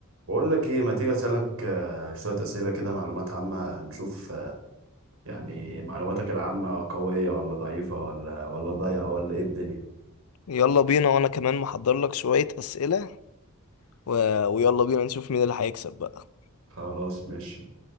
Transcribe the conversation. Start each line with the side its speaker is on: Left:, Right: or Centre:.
Right: بقول لك ايه ما تيجي اسالك آه، شويه اسئله كده معلومات عامه نشوف آه، يعني معلوماتك العامه قويه ولا ضعيفه ولا ولا ضايعه ولا ايه الدنيا
Left: يلا بينا وانا كمان محضر لك شوية أسئلة و... ويلا بينا نشوف مين اللي هيكسب بقى
Right: خلاص ماشي